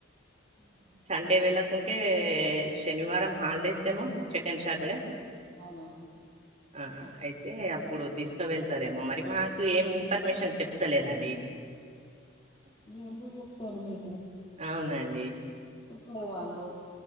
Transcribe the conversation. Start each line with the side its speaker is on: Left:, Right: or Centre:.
Left: హ్మ్
Right: సండే వెళ్ళకుంటే శనివారం హాలిడేస్ ఏమో శెకండ్ సాటర్డే
Left: అవును
Right: ఆ అయితే అప్పుడు తీసుక వెళ్తారేమో మరి మాకు ఏమి ఇన్ఫర్మేషన్ చెప్తలేరండి
Left: ఎందుకు చెప్తారు మీకు
Right: అవునాండి
Left: ఇప్పుడు వాళ్ళు